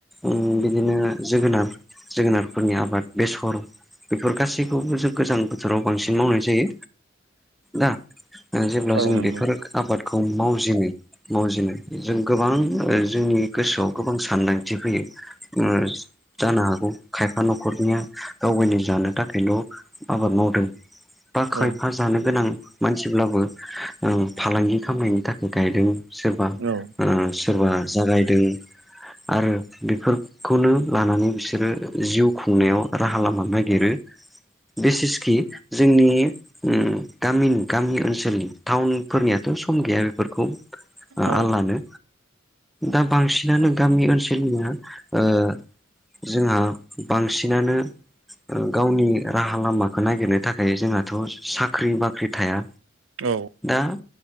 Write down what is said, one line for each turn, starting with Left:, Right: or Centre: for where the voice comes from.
Centre: ओं बिदिनो जोगोनार जोगोनारफोरनि आबाद बेसर बेफोर गासैखौबो जों गोजां बोथोराव बांसिन मावनाय जायो। दा ओ जेब्ला
Right: औ
Centre: जों
Right: नंगौ
Centre: बेफोर आबादखौ मावजिनो मावजिनो। जों गोबां ओ जोंनि गोसोआव गोबां सानदांथि फैयो। ओ जानो हागौ खायफा न'खरनिया गाव गावनि जानो थाखायल' आ बाद मावदों। बा खायफा
Right: औ
Centre: जानो गोनां मानसिब्लाबो ओ फालांगि खालामनायनि थाखाय गायदों। सोरबा
Right: औ
Centre: ओ सोरबा जागायदों आरो बेफोर खौनो लानानै बिसोरो जिउ खुंनायाव राहा लामा नागिरो। बिसेसकि जोंनि उम गामिनि गामि ओनसोलनि टाउनफोरनियाथ' सम गैया बेफोरखौ आलादानो
Right: औ
Centre: दा बांसिनानो गामि ओनसोल। हा ओ जोंहा बांसिनानो ओ गावनि राहा लामाखौ नागिरनो थाखाय जोंहाथ' साख्रि बाख्रि साख्रि थाया
Right: औ
Centre: दा